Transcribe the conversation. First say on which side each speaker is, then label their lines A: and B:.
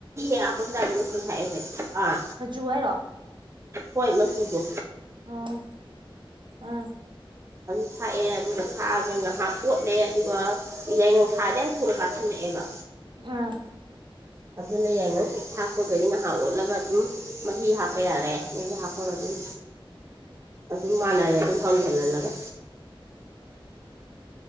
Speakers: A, on the right; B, on the right.
A: ꯅ ꯍꯟ ꯇꯥꯖꯁ ꯊꯦ ꯑꯥ
B: ꯇꯥꯏꯔꯣ
A: ꯍꯣꯏ ꯃꯆꯨꯗꯣ
B: ꯑꯣ ꯑꯥ
A: ꯑꯗꯨꯝ ꯊꯥꯛꯑꯦ ꯑꯗꯨꯅ ꯊꯥꯛꯑꯒ ꯉꯥꯏꯍꯥꯛ ꯑꯣꯣꯠꯂꯦ ꯑꯗꯨꯒ ꯌꯥꯏꯉꯪ ꯊꯥꯗ ꯌꯥꯝ ꯊꯨꯅ ꯀꯥꯁꯤꯜꯂꯛꯑꯦꯕ
B: ꯑꯥ
A: ꯑꯗꯨꯅ ꯌꯥꯏꯉꯪꯦꯛ ꯊꯥꯛꯄꯒꯗꯤ ꯉꯥꯏꯍꯥꯛ ꯑꯣꯠꯂꯒ ꯑꯗꯨꯝ ꯃꯍꯤ ꯍꯥꯞꯄ ꯍꯥꯞꯄ ꯌꯥꯔꯦ ꯅꯣꯏ ꯍꯥꯞꯄꯒ ꯑꯗꯨꯝ ꯑꯗꯨꯝ ꯃꯥꯟꯅꯔꯦ ꯑꯗꯨꯝ ꯀꯥꯎꯁꯤꯜꯍꯜꯂꯒ